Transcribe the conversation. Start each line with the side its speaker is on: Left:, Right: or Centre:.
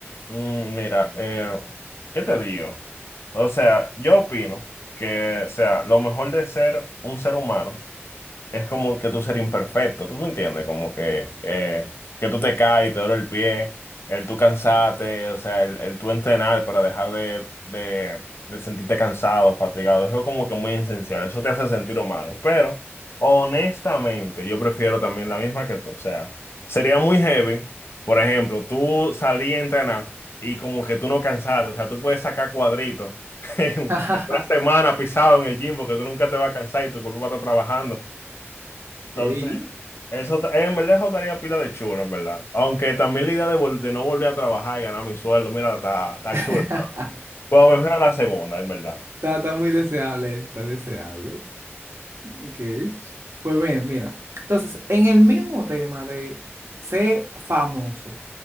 Left: Mm, mira, eh, ¿qué te digo? O sea, yo opino que, o sea, lo mejor de ser un ser humano es como que tú serías imperfecto, ¿tú me entiendes? Como que, eh, que tú te caes, te duele el pie, el tú cansarte, o sea, el, el tú entrenar para dejar de, de, de sentirte cansado, fatigado, eso es como que muy esencial, eso te hace sentir humano, pero honestamente yo prefiero también la misma que tú, o sea, sería muy heavy, por ejemplo, tú salí a entrenar y como que tú no cansaste, o sea, tú puedes sacar cuadritos. <laughs> En
Right: <laughs>
Left: una semana pisado en el gym porque tú nunca te vas a cansar y tu cuerpo va a estar trabajando. Entonces,
Right: Ey.
Left: eso ta- en verdad eso daría pila de chulo, en verdad. Aunque también la idea de, vol- de no volver a trabajar y ganar mi sueldo, mira, está, está
Right: <laughs>
Left: chulo.
Right: Está,
Left: Pero prefiero la segunda, en verdad.
Right: está muy deseable eso, está deseable. Ok. Pues bien, mira. Entonces, en el mismo tema de ser famoso,